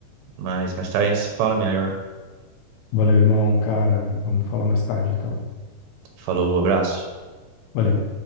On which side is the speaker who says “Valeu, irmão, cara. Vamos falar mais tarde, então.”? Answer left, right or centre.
Left